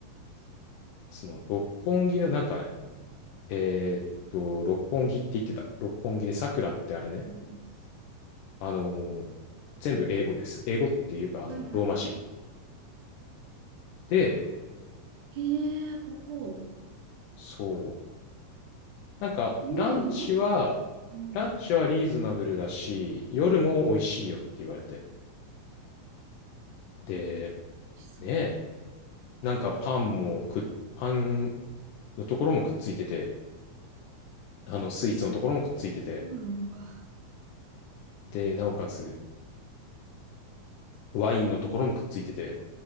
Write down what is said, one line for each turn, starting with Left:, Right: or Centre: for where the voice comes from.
Right: そ
Left: その、六本木のなんかね、えーっと、六本木って言ってた。六本木でさくらってあれね。
Right: う、調べます。
Left: あのー全部英語です。英語っていうか、あの、
Right: はいはいはい。
Left: ローマ字。で、
Right: へえ、ここ。
Left: そう。なんか、
Right: うわ、
Left: ランチは、
Right: 美味しそう。うん、
Left: ランチはリーズナブルだし、
Right: 美
Left: 夜も美味しいよって言われて。で、
Right: 味しそう。
Left: ね、なんかパンもくっ、パンのところもくっついてて、あの、スイーツのところもくっついてて、
Right: うーわ。
Left: で、なおかつ、ワインのところもくっついてて、